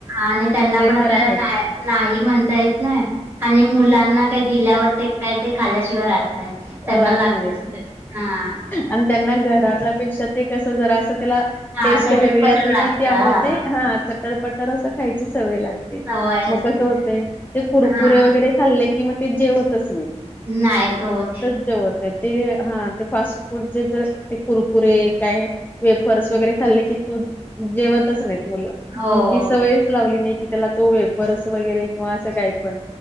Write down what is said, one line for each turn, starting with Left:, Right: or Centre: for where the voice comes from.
Right: आणि त्यांना
Left: ते
Right: पण आपल्याला
Left: तर आहेच
Right: नाही नाही म्हणता येत नाय. आणि मुलांना काय दिल्यावर ते काय ते खाल्याशिवाय राह त्यांना
Left: राहत
Right: लागतच
Left: नाहीत.
Right: ते. हा.
Left: आणि त्यांना घरातल्यापेक्षा, ते कसं जरा असं त्याला
Right: हां,
Left: टेस्ट
Right: चटर-पटर
Left: वेगळे असले
Right: लागतं
Left: की, त्यामुळे
Right: हां,
Left: ते हा, चटरपटर असं खायची सवय लागते.
Right: सवय
Left: मग
Right: असते.
Left: कसं होतय, ते कुरकुरे
Right: हां,
Left: वगैरे खाल्ले की मग, ते जेवतच नाही.
Right: नाही तो <unintelligible>
Left: जेवत नाही. ते हा, ते फास्ट फूड जे जर ते कुरकुरे, काय वेपर्स वगैरे खाल्ले की, तू जेवतच नाहीत मुलं.
Right: हो,
Left: मी ती सवयच लावली नाही की, त्याला तो वेफर्स वगैरे किंवा असं काय पण.